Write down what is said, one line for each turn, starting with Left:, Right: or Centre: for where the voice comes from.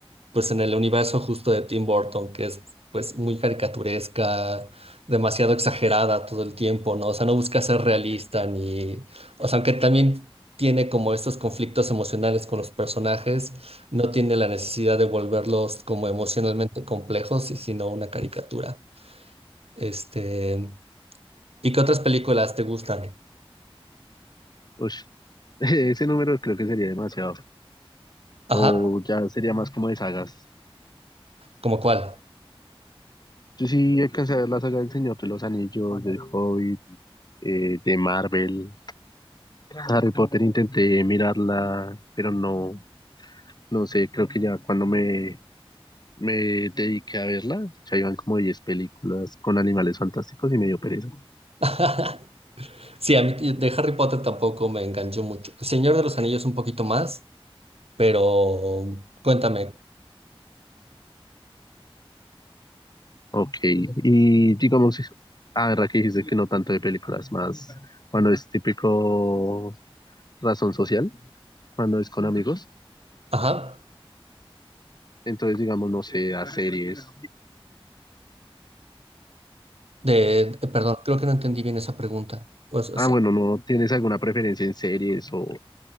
Right: pues en el universo justo de Tim Burton, que es pues muy caricaturesca, demasiado exagerada todo el tiempo, ¿no? O sea, no busca ser realista ni, o sea, aunque también tiene como estos conflictos emocionales con los personajes, no tiene la necesidad de volverlos como emocionalmente complejos, y sino una caricatura. Este, ¿y qué otras películas te gustan?
Left: Ush, <laughs> ese número creo que sería demasiado.
Right: Ajá,
Left: o ya sería más como de sagas.
Right: ¿como cuál?
Left: Yo sí alcancé a ver la saga del Señor de los Anillos, del Hobbit, eh, de Marvel. Harry Potter intenté mirarla, pero no, no sé, creo que ya cuando me, me dediqué a verla, ya iban como 10 películas con animales fantásticos y me dio pereza.
Right: <laughs> Sí, a mí de Harry Potter tampoco me enganchó mucho. Señor de los Anillos un poquito más. Pero cuéntame,
Left: Ok, y digamos, ah, verdad que dijiste que no tanto de películas, más cuando es típico razón social, cuando es con amigos,
Right: ajá,
Left: entonces digamos, no sé, a series.
Right: de, de- perdón, creo que no entendí bien esa pregunta. O sea,
Left: Ah,
Right: se-
Left: bueno, ¿no tienes alguna preferencia en series o,